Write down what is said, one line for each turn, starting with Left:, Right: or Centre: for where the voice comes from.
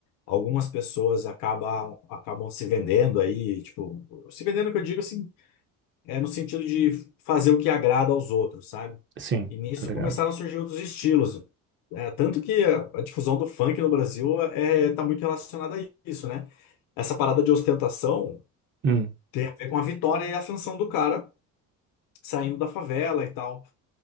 Left: algumas pessoas acabam, acabam se vendendo aí, tipo, se vendendo que eu digo, assim, é no sentido de fazer o que agrada aos outros, sabe?
Right: Sim,
Left: E nisso
Right: tá ligado?
Left: começaram a surgir outros estilos. É, tanto que a, a difusão do funk no Brasil é, tá muito relacionada a isso, né? Essa parada de ostentação.
Right: Hum,
Left: Tem a ver com a vitória e a ascensão do cara saindo da favela e tal.